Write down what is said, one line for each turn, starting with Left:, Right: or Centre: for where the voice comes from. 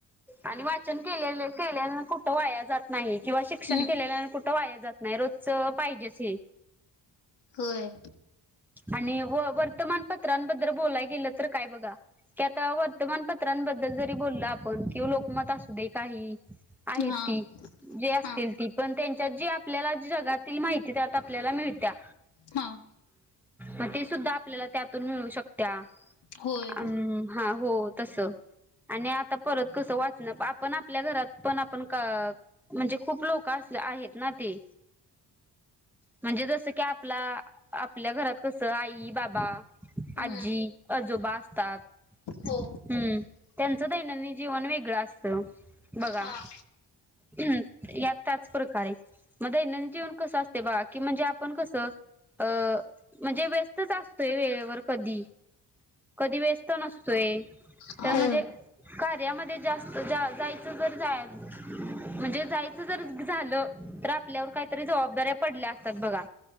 Centre: आणि वाच चन केल्या केल्यानं कुठं वाया जात नाही किंवा शिक्षण
Left: हम्म
Centre: केलेल्यां कुठ वाया जात नाही रोजच पाहिजेच हे
Left: होय.
Centre: आणि व वर्तमानपत्रांबद्दल बोलाय गेलं तर काय बघा. की आता वर्तमानपत्रांबद्दल जरी बोललं आपण किं लोकमत असू दे काहीही आहेत
Left: हां
Centre: ती जे असतील
Left: हां
Centre: ती पण त्यांच्यात जी आपल्याला जगातील माहिती त्यात आपल्याला मिळते. त्या
Left: हां
Centre: मग ती सुद्धा आपल्याला त्यातून मिळू शकत्या.
Left: होय
Centre: ह्म हा हो तस. आणि आता परत कसं वाचणं आपण आपल्या घरात पण आपण क म्हणजे खूप लोक असले आहेत ना ती म्हणजे जस की आपला आपल्या घरात कसं आई बाबा
Left: हम्म
Centre: आजी आजोबा असतात.
Left: हो
Centre: हम्म त्यांचं दैनंदिन जीवन वेगळं असतं बघा.
Left: हां
Centre: हम्म या त्याच प्रकारे. मग दैनंदजीवन कसं असते बागा की म्हणजे आपण कसं अ म्हणजे व्यस्तच असतोय वेळेवर कधी कधी व्यस्त नसतोय.
Left: होय
Centre: तर म्हणजे कार्यामध्ये जास्त जा जायचं जर जाय म्हणजे जायचं जर झालं तर आपल्यावर काहीतरी जबाबदाऱ्या पडल्या असतात बघा.